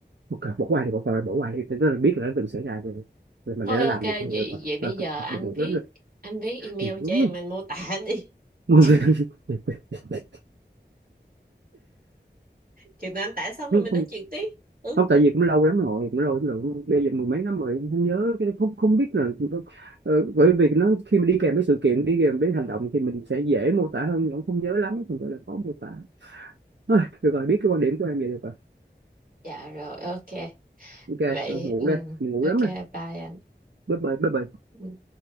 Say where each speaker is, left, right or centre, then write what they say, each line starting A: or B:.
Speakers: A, on the right; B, on the right.
A: một cái bỏ qua thì bỏ qua bỏ qua đi Thế tức là biết là nó từng xảy ra rồi rồi mình
B: thôi
A: để nó
B: ok
A: làm
B: vậy
A: việc thôi rồi còn
B: vậy bây
A: ok
B: giờ anh
A: buồn ngủ
B: viết
A: lắm rồi
B: anh viết email
A: Buồn
B: cho em anh mô tả đi <laughs>
A: ngủ
B: chừng
A: <laughs>
B: chừng nào anh tả xong rồi
A: không,
B: mình nói chuyện tiếp ừ
A: không, tại vì cũng lâu lắm rồi cũng lâu lắm rồi bây giờ mười mấy năm rồi không nhớ cái không không biết là ờ, bởi vì nó khi mình đi kèm với sự kiện đi kèm với hành động thì mình sẽ dễ mô tả hơn nhưng cũng không nhớ lắm không phải là khó mô tả Thôi, được rồi biết cái quan điểm của em vậy được rồi
B: Dạ rồi, ok.
A: ok
B: Vậy,
A: ngủ
B: ừ,
A: đây mình ngủ
B: ok,
A: lắm rồi
B: bye anh.
A: bye bye bye bye
B: Ừ.